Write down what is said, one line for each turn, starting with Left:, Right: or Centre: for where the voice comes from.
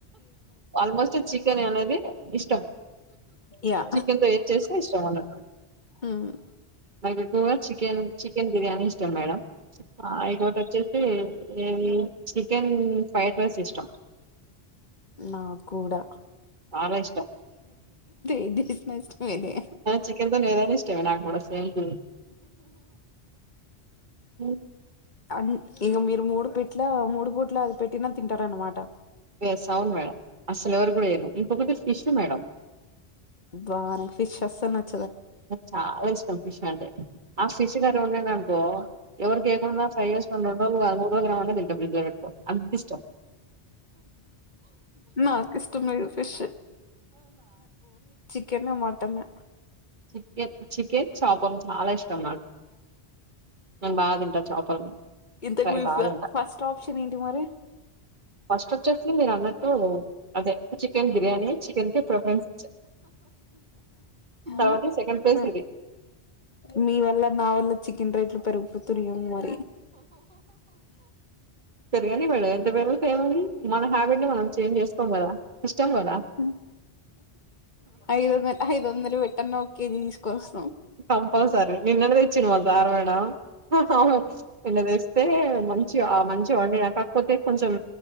Right: ఆల్మోస్ట్ చికెన్ అనేది ఇష్టం
Left: యా
Right: చికెన్తో ఏడ్ చేస్తే ఇష్టం అన్న
Left: ఉమ్
Right: అతే ఎక్కుగా చికెన్ చికెన్ బిర్యానీ ఇష్టం మేడం ఇకోటి వచ్చేసి ఏంలీ చికెన్ ఫైట్వాస్ ఇష్టం
Left: నాక్కూడా
Right: చాలా ఇష్టం
Left: ఏది చేసిన ఇష్టమేలే
Right: చికెన్ తోనే ఏదైనా ఇష్టమే నాకు కూడా సేమ్ పిన్ ఊ
Left: అ నీ ఇగ మీరు మూడు పీట్లా మూడు పూట్లు అది పెట్టినా తింటారనమాట
Right: ఎస్ అవును మేడం అస్సలు ఎవరికి కూడా ఎయ్యను ఇంకొకటి ఫిష్ మేడం
Left: అబ్బా నాకు ఫిష్ అస్సలలు న
Right: నాకు చాలా ఇష్టం ఫిష్ అంటే ఆ ఫిష్ గర్రీ ఉండేదనుకో ఎవరికి ఎయ్యాకుండా ఫ్రై చేసుకొని రెండు రోజలు కాదు మూడు రోజలు దినమన్ త ఫ్రిడ్జ్ లో పెట్టుకొని అంతిష్టం
Left: నాకు ఇష్టం లేదు ఫిష్ కెన్ మటనే
Right: చికెన్ చికెన్ చాపలు చాలా ఇష్టం నాకు నేను బా తిన్ టా చాపలు
Left: ఇంతకు
Right: ఫ్రై
Left: మీ
Right: బా
Left: ఫ
Right: తింటా
Left: ఫస్ట్ ఆప్షన్ ఏంటి మరి
Right: ఫస్ట్ వచ్చేసి మీరన్నట్ట్ ఓ అదే చికెన్ బిర్యానీ చికెన్ కే ప్రోగ్రాన్స్ ఇచ్చా తర్వాత
Left: మ్
Right: సెకండ్ ప్లేస్
Left: మ్
Right: ఇది
Left: మీ వల్ల నా వల్ల చికెన్ రేట్లు పెరుగు <unintelligible>
Right: సరేగాని మేడం ఎంత వేరు అయితే ఏముంది మన హ్యాబిట్ ని మనం చేంజ్ చేసుకోం కదా ఇష్టం కదా
Left: మ్ ఐ ఐదొ ఐదొందలు పెట్టన్న ఒకే తీస్ కోస్
Right: కంపల్సారి నిన్నటిదే చ్చిను వారు దారు మేడం అవును నిన్న తె తె మంచి ఆ మంచి వండినాక పోతే కొంచెం